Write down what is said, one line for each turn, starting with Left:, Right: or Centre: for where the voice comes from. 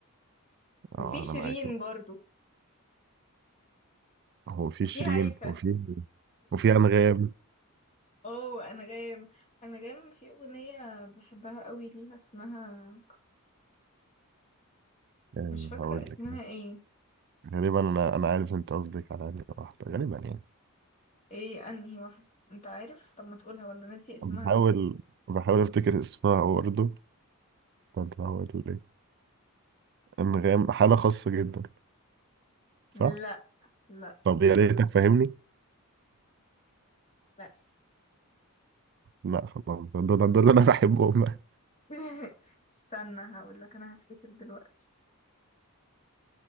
Left: وفي
Right: اه
Left: شيرين
Right: انا معاك
Left: برضو
Right: هو في
Left: وفي
Right: شيرين
Left: هيفا
Right: وفي وفي أنغام
Left: <laughs> اوه انغام انغام في اغنية بحبها قوي ليها اسمها
Right: آه،
Left: مش فاكرة
Right: هقول
Left: اسمها
Right: لك أهو.
Left: ايه
Right: غالبا أنا أنا عارف أنت قصدك على أنهي واحدة غالبا يعني
Left: ايه انهي واحدة انت عارف طب ما تقولها ولا ناسي اسمها
Right: بحاول بحاول أفتكر اسمها برضه طب هقول لك أنغام حالة خاصة جدا
Left: لا
Right: صح؟
Left: لا
Right: طب يا ريتك فاهمني
Left: لا
Right: لا خلاص دول دول دول أنا <laughs> بحبهم بقى
Left: <laughs> استنى هقول لك انا هفتكر دلوقتي